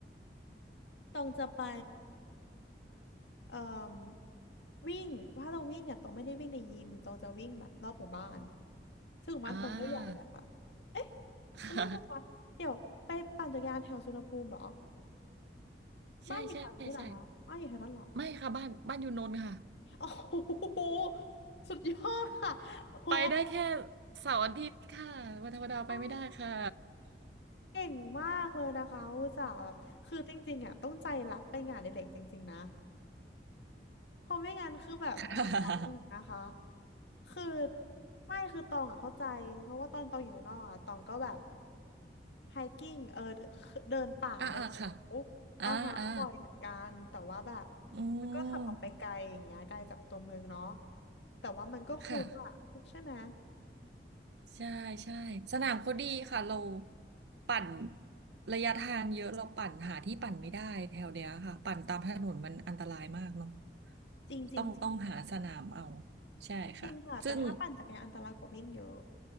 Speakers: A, on the left; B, on the right.
A: ตองจะไปเอ่อวิ่ง ว่าตองวิ่งอ่ะตองไม่ได้วิ่งในยิมตองจะวิ่งแบบรอบหมู่บ้านซึ่งหมู่บ้านตองก็ใหญ่แหละค่ะ
B: <laughs> อ่า
A: เอ๊ะ
B: <laughs> ค่ะ
A: ไม่ใช่ค่ะเดี๋ยวไปปั่นจักรยานแถวสุวรรณภูมิเหรอ
B: ใช่ใช่ใช่
A: บ้านอยู่แถวนี้เหรอคะบ้านอยู่แถวนั้นเหรอ
B: ไม่ค่ะบ้านบ้านอยู่นนท์ค่ะ
A: โอ้โหสุดยอดค่ะโอ้โห
B: ไปได้แค่เสาร์อาทิตย์ค่ะวันธรรมดาไปไม่ได้ค่ะ
A: อ๋อเก่งมากเลยนะคะอุตส่าห์แบบคือจริงๆอ่ะต้องใจรักไปงานอดิเรกจริงๆนะเพราะไม่งั้นคือแบบมันตันอยู่นะคะ
B: <laughs> ค่ะ
A: คือไม่คือตองอ่ะเข้าใจเพราะว่าตอนตองอยู่เมืองนอกอ่ะตองก็แบบไฮกิ้งเออเดินเดินป่าเดินโอ้
B: อ่าอ่าค่ะ อ่าอ่า
A: อ๋อฮะบ่อยเหมือนกันแต่ว่าแบบ
B: อื
A: มันก็ขับออกไปไกลอย่างเงี้ยไกลจากตัวเมืองเนาะ
B: ม
A: แต่ว่ามันก็คุ้มอ่ะใช่ไหม
B: ค่ะ ใช่ใช่สนามเขาดีค่ะเราปั่นระยะทางเยอะเราปั่นหาที่ปั่นไม่ได้แถวเดียวค่ะปั่นตามถนนมันอันตรายมากเนาะ
A: จริงจริงจริง
B: ต้องต้องหาสนามเอา ใช่ค่ะซึ่ง
A: จริงค่ะแต่ถ้าปั่นจักรยานอันตรายกว่าวิ่งเยอะ